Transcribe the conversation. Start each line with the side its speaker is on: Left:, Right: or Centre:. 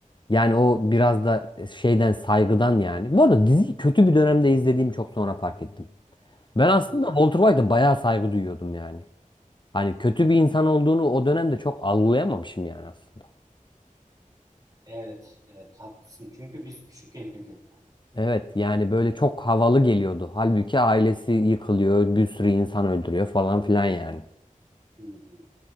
Left: yani o biraz da şeyden saygıdan yani. Bu arada diziyi kötü bir dönemde izlediğim çok sonra fark ettim. Ben aslında
Right: bu-
Left: Walter White'a bayağı saygı duyuyordum yani. Hani kötü bir insan olduğunu o dönemde çok algılayamamışım yani aslında.
Right: Evet, evet haklısın. Çünkü biz küçükken izledik onu.
Left: Evet yani böyle çok havalı geliyordu. Halbuki ailesi yıkılıyor, bir sürü insan öldürüyor falan filan yani.
Right: Hı hı.